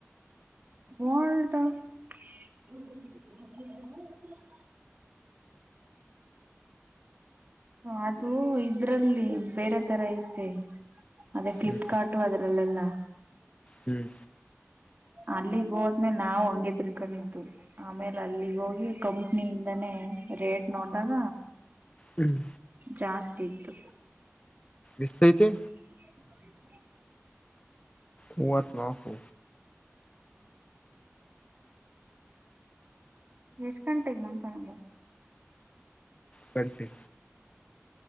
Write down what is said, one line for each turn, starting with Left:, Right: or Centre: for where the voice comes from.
Right: ಒಲ್ಟಾವ್. <unintelligible> ಅದು ಇದ್ರಲ್ಲಿ ಬೇರೆ ತರ ಐತೆ. ಅದೇ ಫ್ಲಿಪ್ಕಾರ್ಟು
Left: ಹ್ಮ್
Right: ಅದ್ರಲ್ಲೆಲ್ಲಾ.
Left: ಹ್ಮ್
Right: ಅಲ್ಲಿಗ್ ಹೋದ್ಮೇಲ ನಾವು ಹಂಗೆ ತಿಳ್ಕೊಂಡಿದ್ದು ಆಮೇಲ. ಅಲ್ಲಿಗ್ ಹೋಗಿ ಕಂಪ್ನಿಯಿಂದಾನೇ. ಏ ರೇಟ್ ನೋಡ್ದಾಗ
Left: ಹ್ಮ್
Right: ಜಾಸ್ತಿ ಇತ್ತು.
Left: ಎಷ್ಟ ಐತಿ.
Right: <inaudible>
Left: ಮೂವತ್ತ ನಾಕು.
Right: ಎಷ್ಟ್ ಗಂಟೆಗ ಮಂಕಣದು.
Left: ಕಟ್ಟಿ.